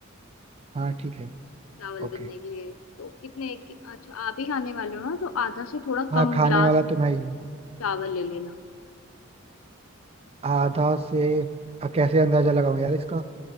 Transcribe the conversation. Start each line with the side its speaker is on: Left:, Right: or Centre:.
Right: हाँ ठीक है
Left: चावल
Right: ओके
Left: बनने के लिए तो कितने कि- अच्छा आप ही खाने वाले हो ना तो आधा से थोड़ा
Right: हाँ
Left: कम
Right: खाने
Left: गिलास
Right: वाला तो मैं ही हूँ
Left: चावल ले लेना
Right: आधा से अ, कैसे अंदाजा लगाऊं यार इसका